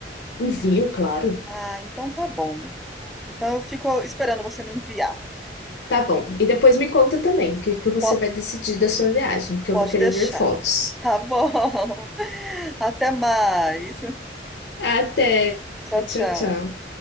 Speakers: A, on the left (about 80°); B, in the centre.
A: Envio, claro.
B: Ah, então tá bom. Então eu fico esperando você me enviar.
A: Tá bom. E depois me conta também o que que você
B: Po-
A: vai decidir da sua viagem, porque
B: pode
A: eu vou querer
B: deixar.
A: ver fotos.
B: Tá bom. <laughs> Até mais.
A: Até.
B: Tchau,
A: Tchau,
B: tchau.
A: tchau.